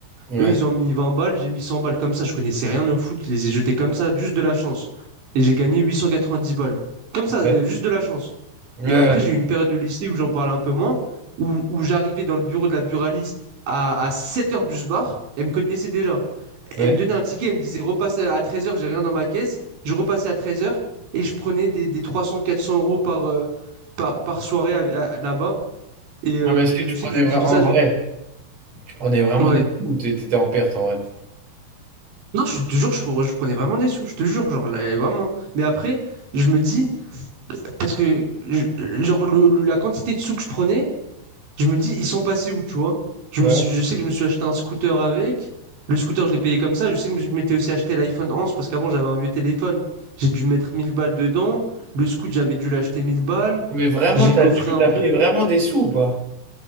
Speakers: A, on the right; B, on the right.
A: Ouais.
B: Eux, ils ont mis 20 balles, j'ai mis 100 balles comme ça. Je connaissais rien au foot, je les ai jetés comme ça, juste de la chance. Et j'ai gagné 890 balles. Comme ça,
A: Ouais.
B: euh, juste de la chance.
A: Ouais. ouais.
B: Et après, j'ai eu une période de lycée où j'en parlais un peu moins, où, où j'arrivais dans le bureau de la buraliste à, à 7 heures du bar. Elle me connaissait déjà. Elle
A: Ouais,
B: me donnait un ticket, elle me disait repasse à 13h, j'ai rien dans ma caisse. Je repassais à 13h et je prenais des, des 300, 400 euros par, euh, par, par soirée à- à- là-bas. Et, euh,
A: Ah, mais est-ce que
B: et
A: tu
B: je sais
A: prenais
B: que je kiffais
A: vra- en
B: ça. je-
A: vrai, tu prenais vraiment
B: Ouais.
A: des sous ou t'étais en perte en vrai?
B: Non, je te jure, je, pre- je prenais vraiment des sous, je te jure, genre, là, vraiment. Mais après, je me dis, parce que, je- genre, le- le- la quantité de sous que je prenais, Je me dis, ils sont passés où, tu vois? Je
A: Ouais.
B: me suis- je sais que je me suis acheté un scooter avec. Le scooter, je l'ai payé comme ça. Je sais que je m'étais aussi acheté l'iPhone 11 parce qu'avant, j'avais un vieux téléphone. J'ai dû mettre 1000 balles dedans. Le scoot, j'avais dû l'acheter 1000 balles.
A: Mais vraiment,
B: J'ai
A: t'as,
B: coffré
A: tu
B: un
A: as
B: peu.
A: pris vraiment des sous ou pas?